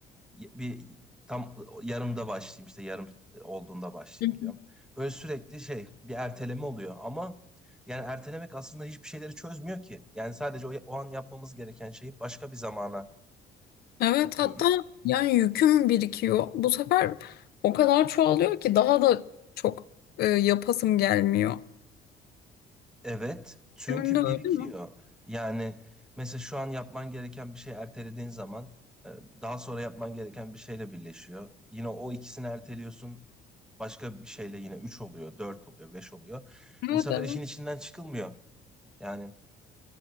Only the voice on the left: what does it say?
Hı hı.
Evet
hatta yani yüküm birikiyor. Bu sefer o kadar çoğalıyor ki daha da çok e, yapasım gelmiyor.
Senin de öyle
mi?
Evet,
evet.